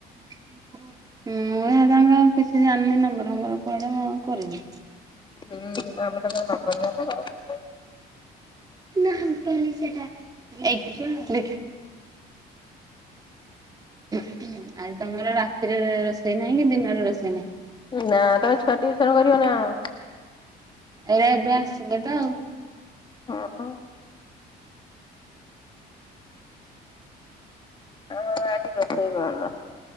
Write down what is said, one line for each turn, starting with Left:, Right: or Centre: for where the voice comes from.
Right: <unintelligible> ମୁଁ ହେରାଙ୍କ କିଛି ଜାଣିନି ନମ୍ୱର୍ ଫମ୍ବର କୁଆଡେ ମୁଁ ଆଉ କରିନି।
Left: ହୁଁ ଆମେ ତ କା ନମ୍ବର ଜାଣିନୁ କାହାକୁ କରିମୁ
Right: ନାଲ୍ ଟୋପି ସେଟା ଏଇ ଆରେ ତମର ରାତିରେ ରୋଷେଇ ନାହିଁ କି, ଦିନରେ ରୋଷେଇ ନାହିଁ।
Left: ନା ତମେ ଛୁଆ ଟିଉସନ କରିବ ନା କଣ।
Right: ଏଇରା ଏବେ ଆସିଲେ ତ ଆଉ।
Left: ହଁ ହଁ ଆଜି ରୋଷେଇ ବନ୍ଦ୍